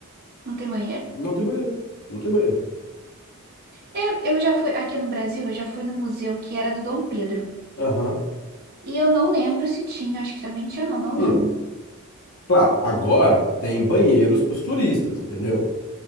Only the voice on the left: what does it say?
Não tem banheiro. Não tem banheiro.
Aham.
Hum,
Claro, agora tem banheiros para os turistas, entendeu?